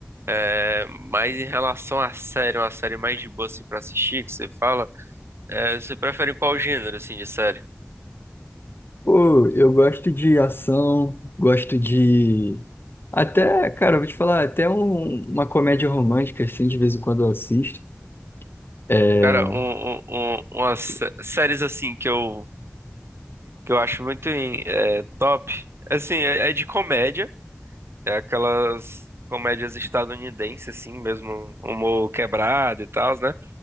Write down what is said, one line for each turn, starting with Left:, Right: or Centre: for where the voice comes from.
Right: É, mas em relação à série, uma série mais de boa assim pra assistir, que você fala, é, você prefere qual gênero assim de série?
Left: Pô, eu gosto de ação, gosto de. Até, cara, eu vou te falar, até um- uma comédia romântica, assim, de vez em quando eu assisto. É...
Right: Cara, um, um, um- umas sé- séries assim que eu, que eu acho muito em- é, top, assim, é é de comédia. É aquelas comédias estadunidenses, assim, mesmo humor quebrado e tal, né?